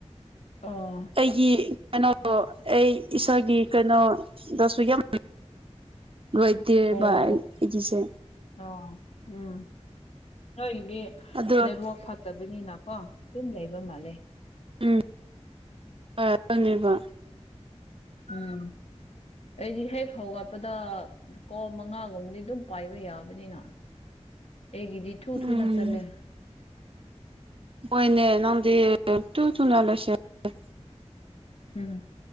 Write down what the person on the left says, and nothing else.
ꯑꯥ
ꯑꯣ
ꯑꯣ ꯎꯝ ꯅꯣꯏꯒꯤꯗꯤ
ꯅꯦꯠꯋꯥꯛ ꯐꯠ ꯐꯠꯇꯕꯅꯤꯅꯀꯣ ꯑꯗꯨꯝ ꯂꯩꯕ ꯃꯥꯜꯂꯦ
ꯎꯝ ꯑꯩꯗꯤ ꯍꯦꯛ ꯍꯧꯒꯠꯄꯗꯥ ꯀꯣꯜ ꯃꯉꯥꯒꯨꯝꯕꯗꯤ ꯑꯗꯨꯝ ꯄꯥꯏꯕ ꯌꯥꯕꯅꯤꯅ ꯑꯩꯒꯤꯗꯤ ꯊꯨ
ꯊꯨꯅ ꯆꯠꯂꯦ
ꯎꯝ